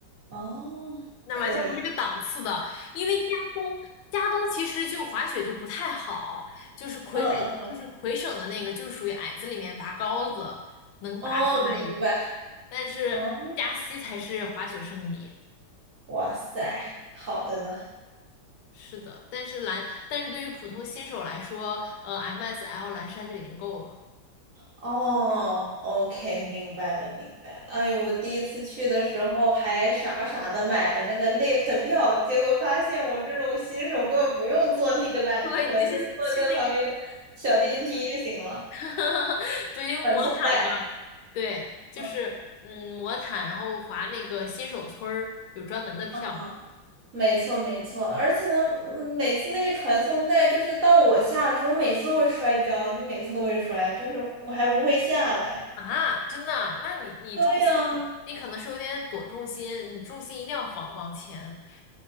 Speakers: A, on the right; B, on the left.
A: 哦，
B: 那完全不是一个档次的。
A: 可以，
B: 因为加东，加东其实就滑雪就不太好，就是魁北，
A: 嗯嗯嗯，
B: 就是魁省的那个，就是属于矮子里面拔高子，能拔出来一个。
A: 哦，明白。
B: 但是加西才是滑雪圣地。
A: 哦哇塞，好的呢。
B: 是的，但是蓝，但是对于普通新手来说，呃，MSL 蓝山就已经够了。
A: 哦，OK，明白了，明白了。哎，我第一次去的时候还傻傻的买了那个 lift 票，结果发现我这种新手根本不用坐那个缆车，
B: <laughs> 对，你就去去那个
A: 就是坐在旁边的小电梯就行了，
B: 对，<laughs> 对，因为魔毯嘛，
A: 传送带。
B: 对，就是嗯，
A: 嗯
B: 魔毯，然后划那个新手村儿有专门的票
A: 嗯，嗯，没错没错，而且呢，嗯每次那个传送带就是到我下的时候，每次都会摔跤，就每次都会摔，就是我还不会下来。
B: 啊，真的啊？那你你重心，
A: 对呀，
B: 你可能是有点躲重心，你重心一定要往往前，